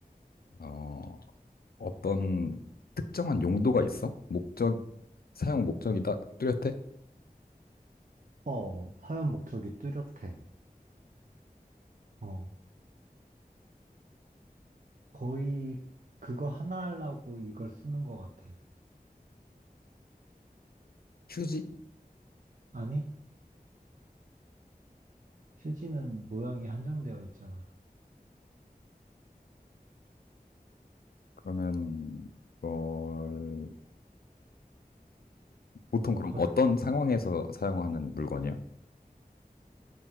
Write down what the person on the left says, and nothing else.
어, 어떤 특정한 용도가 있어? 목적 사용 목적이 다 뚜렷해?
휴지?
그러면 이걸 보통 그럼
어떤 상황에서 사용하는 물건이야?